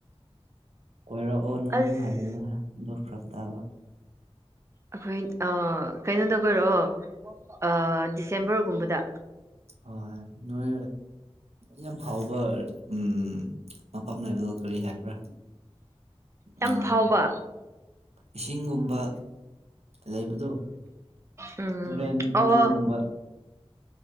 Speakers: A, on the right; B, on the right.
A: ꯀꯣꯏꯔꯛꯑꯣꯅ
B: ꯑꯁ
A: ꯑꯗꯨꯝ <unintelligible> ꯑꯗꯣ ꯐꯔꯛ ꯇꯥꯕ
B: ꯑꯈꯣꯏ ꯑ ꯀꯩꯅꯣꯗ ꯀꯣꯏꯔꯛꯑꯣ ꯑ ꯗꯤꯁꯦꯝꯕꯔꯒꯨꯝꯕꯗ
A: ꯍꯣꯏ ꯅꯣꯏ ꯌꯥꯝ ꯐꯥꯎꯕ ꯎꯝ ꯃꯐꯝ ꯂꯩꯕꯗꯣ ꯀꯔꯤ ꯍꯥꯏꯕ꯭ꯔꯥ
B: ꯌꯥꯝ
A: ꯎꯝ
B: ꯐꯥꯎꯕ
A: ꯏꯁꯤꯡꯒꯨꯝꯕ ꯂꯩꯕꯗꯣ
B: ꯎꯝ
A: ꯇꯨꯔꯦꯟ
B: ꯑꯣ
A: ꯇꯨꯔꯦꯟꯒꯨꯝꯕ